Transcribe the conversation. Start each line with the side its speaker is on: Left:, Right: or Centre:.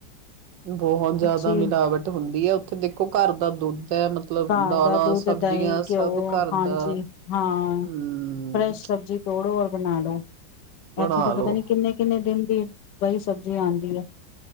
Right: ਬਹੁਤ ਜਿਆਦਾ
Left: ਚੀਜ਼
Right: ਮਿਲਾਵਟ ਹੁੰਦੀ ਹੈ ਉੱਥੇ ਦੇਖੋ ਘਰ ਦਾ ਦੁੱਧ ਹੈ ਮਤਲਬ
Left: ਗਾਂ
Right: ਦਾਲਾਂ
Left: ਦਾ ਦੁੱਧ
Right: ਸਬਜ਼ੀਆਂ
Left: ਦਹੀਂ ਘਿਓ
Right: ਸਭ ਘਰ
Left: ਹਾਂਜੀ
Right: ਦਾ
Left: ਹਾਂ
Right: ਹਮ
Left: ਫਰੈਸ਼ ਸਬਜ਼ੀ ਤੋੜੋ ਬਣਾ ਲੋ
Right: ਬਣਾ
Left: ਇੱਥੇ ਤਾਂ ਪਤਾ
Right: ਲੋ
Left: ਨੀ ਕਿੰਨੇ ਕਿੰਨੇ ਦਿਨ ਦੀ ਬਈ ਸਬਜ਼ੀ ਆਂਦੀ ਏ